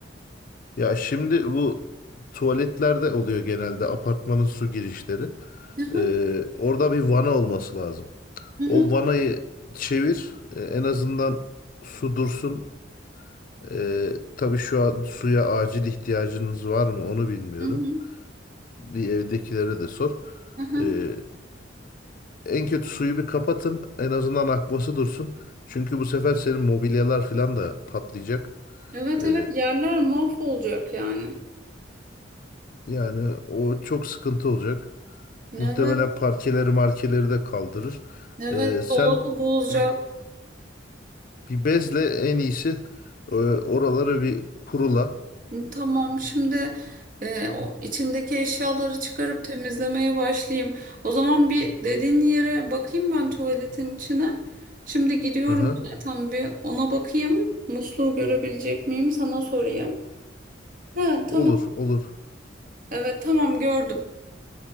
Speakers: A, on the left; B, on the right.
A: Ya şimdi bu tuvaletlerde oluyor genelde apartmanın su girişleri.
B: Hı hı,
A: E, orada bir vana olması lazım.
B: hı
A: O
B: hı,
A: vanayı çevir. E, en azından su dursun. E, tabii şu an suya acil ihtiyacınız var mı onu bilmiyorum.
B: hı hı,
A: Bir evdekilere de sor.
B: hı hı.
A: E, en kötü suyu bir kapatın. En azından akması dursun. Çünkü bu sefer senin mobilyalar falan da patlayacak.
B: Evet
A: E,
B: evet yerler mahvolacak yani.
A: yani o çok sıkıntı olacak.
B: Evet
A: Muhtemelen parkeleri markeleri de kaldırır.
B: evet
A: E, sen
B: dolabı bozacak.
A: bir, bir bezle en iyisi e, oraları bir kurula.
B: Tamam şimdi e, o içindeki eşyaları çıkarıp temizlemeye başlayayım. O zaman bir dediğin yere bakayım ben tuvaletin içine. Şimdi gidiyorum
A: Aha,
B: bile tam bir ona bakayım. Musluğu görebilecek miyim sana sorayım. Ha, tamam.
A: olur olur.
B: Evet tamam gördüm.